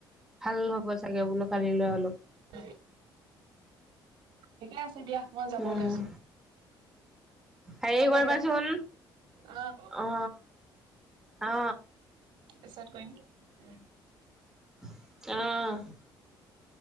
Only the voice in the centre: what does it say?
ভাল হ'ব চাগে বোলো কালি লৈ অলপ।
উম
হেৰি
কৰিবাচোন
অ অ
অহ।